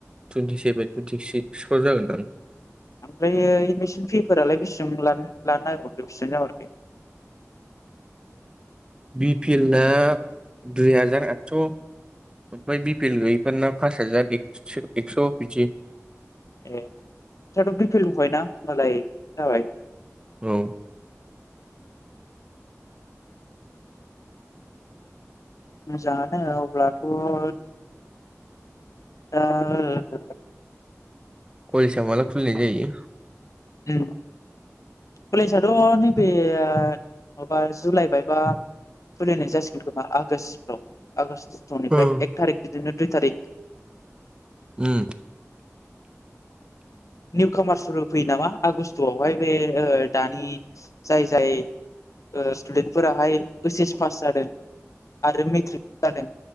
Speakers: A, on the right (about 15°); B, on the left (about 75°).
A: टुइनटि सेभन बाय टुइन्टिक्सप्राव जागोन दां।
B: ओमफ्रायो एडमिसन फिसफोरालाय बेसिबां लानो नागिरबखो बेसेबां जामारखो?
A: बि पिएलआ दुइ हाजार आदस'। ओमफ्राय बि पि एल गैयैफोर ना पास हाजार एक्स' बिदि
B: ए नोंसाथ' बिफि एल दंखायोना होनोमबालाय जाबाय।
A: औ
B: मोजाङानो अब्लाथ'। दा
A: गलसआ मला फुुलि जायो।
B: उ कलेजथ' नैबे माबा जुलाइबायबा खुलिनाय जासिगोन खोमा आगष्ट आगष्टनिफ्राय
A: औ
B: एक थारिख बिदिनो दुइ थारिख
A: उम
B: निउ कामार्सफोरबो फैयो नामा आगस्ट'आवहाय बे दानि जाय जाय ओ स्टुडेन्ट फोराहाय ओइस एस पास जादों। आरो मेट्रिक जादों